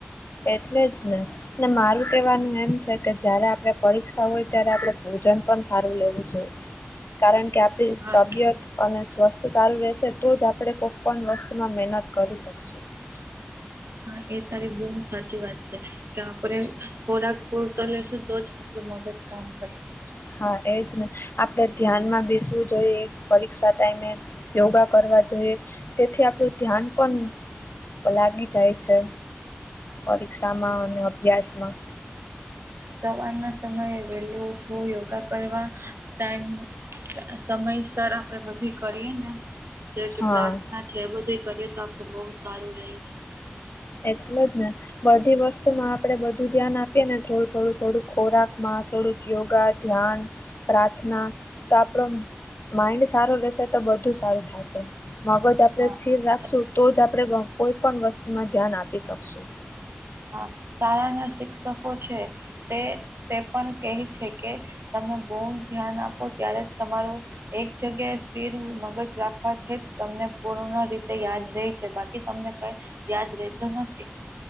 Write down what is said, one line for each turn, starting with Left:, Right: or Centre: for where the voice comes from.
Left: એટલે જ નહી ને મારું કહેવાનું એમ છે કે જ્યારે આપણે પરીક્ષા હોય ત્યારે આપડે ભોજન પણ સારું લેવું જોઈ કારણ કે આપ
Right: હા
Left: તબિયત અને સ્વસ્થ સારું રહેશે તો જ આપણે કોઈ પણ વસ્તુમાં મહેનત કરી. શસો
Right: <unintelligible> હા એ તારી બહુ સાચી વાત છે કે આપે ખોરાક પુર તો લેશું તો જ આપણું મગજ કામ કરશે
Left: હા એજ ને આપણેે ધ્યાનમાં બેસવું જોઈએ પરીક્ષા ટાઈમે યોગા કરવા જોઈએ તેથી આપડું ધ્યાન પણ લાગી જાય છે પરીક્ષામાં અને અભ્યાસમાં.
Right: સવાર ના સમયે વહેલું ઉઠવુ યોગા કરવા ટાઈમ સમયસર આપડે બધું કરીએ ને જે કે
Left: હા
Right: પ્રાર્થના છે એ બધી કરીએ તો આપડે બહુ સારું રહી છે.
Left: એટલે જ ને બધી વસ્તુ માં આપડે બધું ધ્યાન આપીએ ને થોડું થોડું થોડુંક ખોરાકમાં થોડુંક યોગા ધ્યાન પ્રાર્થના તો આપણો માઈન્ડ સારો રહેશે તો બધું સારું થશે મગજ આપણે
Right: હા
Left: સ્થિર રાખશું તો જ આપણે કોઈ પણ વસ્તુમાં ધ્યાન આપી શકશું
Right: હા શળાના શિક્ષકો છે તે તે પણ કહે છે કે તમે બહુ ધ્યાન આપો ત્યારે તમારો એક જગ્યાએ સ્થિર મગજ રાખવાથી જ તમને પૂર્ણ રીતે યાદ રહી. છે બાકી તમને કઈ યાદ રેતો નથી.